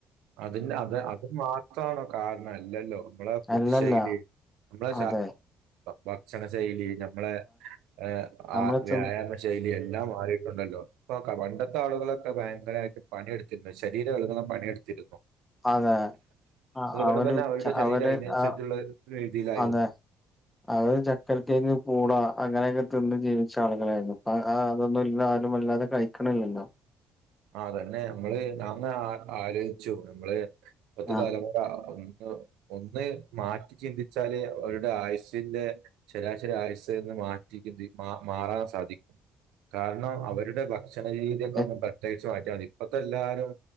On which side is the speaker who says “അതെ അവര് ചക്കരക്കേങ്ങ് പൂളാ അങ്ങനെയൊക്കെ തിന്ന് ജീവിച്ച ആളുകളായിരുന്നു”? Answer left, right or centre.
Left